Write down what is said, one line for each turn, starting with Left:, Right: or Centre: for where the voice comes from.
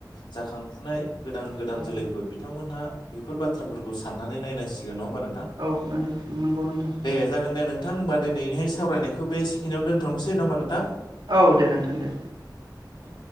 Left: जाखांफुनाय गोदान गोदान
Right: औ
Left: जोलैफोर बिथांमोनहा बेफोर बाथ्राफोरखौ साननानै नायनांसिगोन नङा होनबा नोंथां?
Right: औ नंगौ नंगौ नोंथां
Left: दे जागोन दे नों नोंथां होनबा दिनैनि सावरायनायखौ बेसेकिनायावनो दोनथ'सै नङा होनबा नोंथां?
Right: औ दे नोंथां दे।
Left: दे।